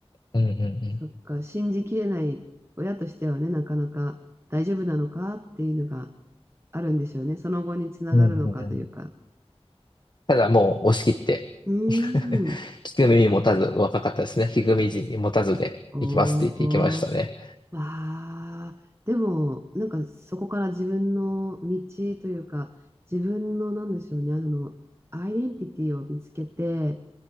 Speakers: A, on the left; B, on the right.
A: うんうん
B: そっか、信じきれない親としてはね、なかなか大丈夫なのかっていうのがあるんでしょうね。その後につながるのかというか。
A: うん。うんうんうん。ただもう押し切って、
B: うーん。
A: <laughs> 聞く耳持たず、若かったですね。聞く耳に持たずで行きますって言って行きましたね。
B: おー。わあ、でも、なんかそこから自分の道というか、自分のなんでしょうね、あの、アイデンティティを見つけて、